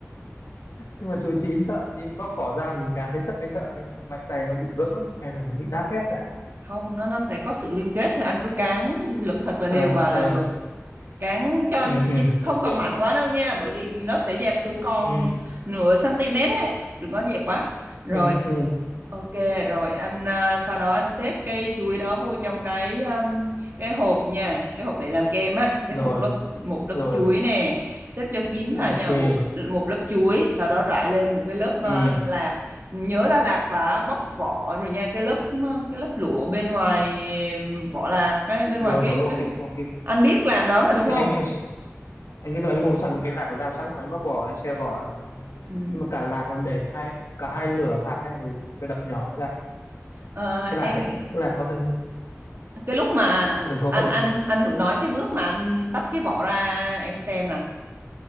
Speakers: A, on the left; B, on the right.
A: nhưng mà chuối chín sợ nhưng bóc vỏ ra mình cán thấy sợ anh sợ anh mạnh tay nó bị vỡ hay là nó bị nát bét lại
B: không nó nó sẽ có sự liên kết thôi anh cứ cán lực thật là đều
A: ờ
B: vào là
A: ờ
B: được cán cho
A: ừ ừ
B: không
A: ok
B: cần mạnh quá đâu nha bởi vì nó sẽ dẹp xuống còn
A: ừ
B: nửa cm ấy đừng có dẹp quá rồi
A: ừ ừ
B: ok rồi anh à, sau đó anh xếp cây chuối đó vô trong cái um, cái hộp nha cái hộp để làm kem á xếp
A: rồi
B: một lớp một lớp
A: rồi
B: chuối nè xếp cho kín vào
A: OK.
B: nha một một lớp chuối sau đó rải lên một cái lớp à,
A: ừ,
B: lạc nhớ là lạc đã bóc vỏ rồi nha cái lớp à, cái lớp lụa bên ngoài vỏ lạc ấy, bên
A: Rồi,
B: ngoài cái,
A: rồi, OK,
B: cái
A: OK.
B: anh biết làm đó mà đúng
A: Thế
B: không
A: anh anh sẽ anh bây giờ anh mua sẵn cái lạc của Giang sẵn rồi anh bóc vỏ anh xe vỏ ra xong anh
B: Ừ,
A: nhưng
B: ừ.
A: mà cả lạc nó để hai cả hai nửa hạt hay là mình phải đập nhỏ nó ra
B: Ờ,
A: cái
B: em
A: lạc ấy
B: nghĩ-
A: cái lạc có cần
B: cái lúc mà ru-
A: mình có
B: anh
A: cần
B: anh anh thử nói cái bước mà anh tách cái vỏ ra em xem nè